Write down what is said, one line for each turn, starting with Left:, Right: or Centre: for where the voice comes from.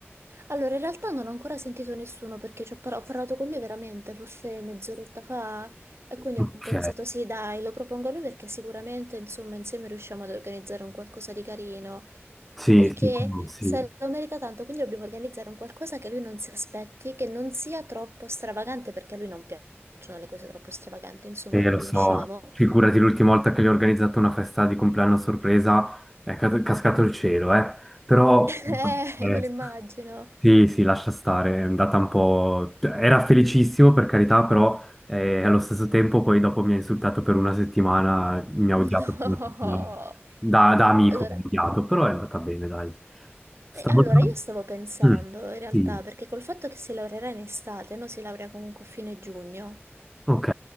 Right: Allora, in realtà non ho ancora sentito nessuno perché ci ho, par- ho parlato con lui veramente, forse mezz'oretta fa, e quindi
Centre: Ok,
Right: ho pensato sì, dai, lo propongo a lui perché sicuramente, insomma, insieme riusciamo ad organizzare un qualcosa di carino,
Centre: sì,
Right: perché
Centre: sì, sì.
Right: se lo merita tanto, quindi dobbiamo organizzare un qualcosa che lui non si aspetti, che non sia troppo stravagante, perché a lui non piacciono le cose troppo stravaganti, insomma,
Centre: Eh,
Right: lo
Centre: lo
Right: conosciamo.
Centre: so, figurati
Right: <laughs>
Centre: l'ultima volta che gli ho organizzato una festa di compleanno a sorpresa, è ca- cascato il cielo, eh. Però,
Right: Eh,
Centre: eh,
Right: me lo immagino.
Centre: sì, sì, lascia stare, è andata un po'... cioè, Era felicissimo, per carità, però eh, allo stesso tempo poi dopo mi ha insultato per una settimana, mi ha
Right: <laughs>
Centre: odiato
Right: No.
Centre: per una settimana. Da, da amico
Right: Allora.
Centre: mi ha odiato, però è andata bene, dai.
Right: Eh,
Centre: Stavolta...
Right: Allora, io stavo pensando
Centre: Mm,
Right: in realtà,
Centre: sì,
Right: perché col fatto che si laureerà in estate, no? Si laurea comunque a fine giugno.
Centre: ok.